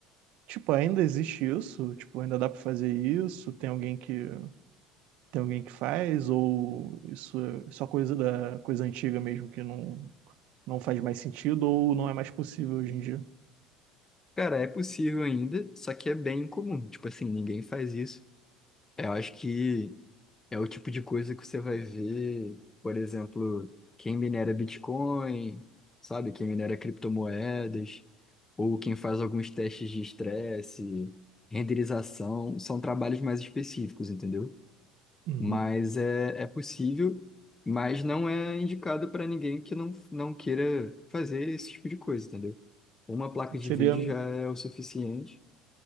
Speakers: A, on the right; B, on the left.
A: Tipo, ainda existe isso? Tipo, ainda dá pra fazer isso? Tem alguém que. Tem alguém que faz? Ou isso é só coisa da coisa antiga mesmo que não, não faz mais sentido ou não é mais possível hoje em dia?
B: Cara, é possível ainda, só que é bem incomum. Tipo assim, ninguém faz isso. Eu acho que é o tipo de coisa que você vai ver, por exemplo, quem minera Bitcoin, sabe? Quem minera criptomoedas, ou quem faz alguns testes de estresse, renderização, são trabalhos mais específicos, entendeu?
A: Uhum.
B: Mas é, é possível, mas não é indicado para ninguém que não, não queira fazer esse tipo de coisa, entendeu? Uma placa de
A: Seria,
B: vídeo já é o suficiente,